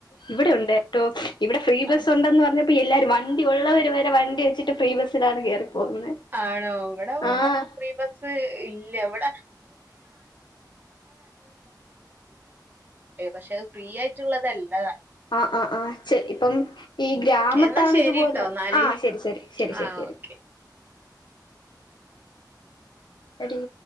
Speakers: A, on the left; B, on the right.
A: ഇവിടെ ഉണ്ട്ട്ടോ ഇവിടെ ഫ്രീ
B: ഇല്ല
A: ബസ് ഉണ്ടെന്ന് പർഞ്ഞ് പി എല്ലാരും വണ്ടി ഉള്ളവര് വരെ വണ്ടി വെച്ചിട്ട് ഫ്രീ ബസ്സിലാണ് കേറി പോകുന്നെ
B: ആണോ ഇവിടെ
A: ആഹ്
B: ഫീ ബസ്സ്‌ ഇല്ല്യ വടെ പക്ഷേ അത് ഫ്രീ ആയിട്ടുള്ളതല്ലതാനും
A: ആ ആ ആഹ് ച്ചെ ഇപ്പം ഈ
B: ഉം
A: ഗ്രാമത്താണ്
B: എന്നാ ശരിട്ടോ
A: ഇതുപോലെ
B: എന്നാല്
A: ആഹ് ശരി ശരി ശരി ശരി
B: ആഹ്
A: ശരി
B: ഓക്കെ
A: എടീ